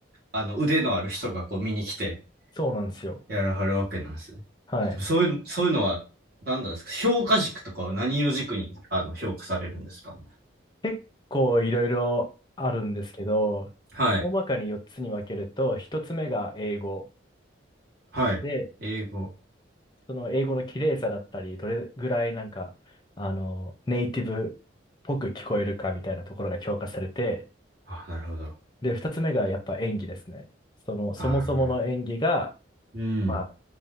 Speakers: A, on the right; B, on the left.
A: あの、腕のある人がこう見に来て、
B: そうなんですよ。
A: やらはるわけなんですね。
B: はい。
A: でもそういう、そういうのは、何なんですか評価軸とかは何を軸に、あの、評価されるんですか
B: 結構いろいろあるんですけど、
A: はい。
B: 大まかに4つに分けると、1つ目が英語
A: はい。
B: で、
A: 英語。
B: その英語の綺麗さだったり、どれぐらいなんか、あの、ネイティブっぽく聞こえるかみたいなところが評価されて、
A: あ、なるほど。
B: で、2つ目がやっぱ演技ですね。その、そもそもの演技が、
A: ああ。うん。
B: まあ、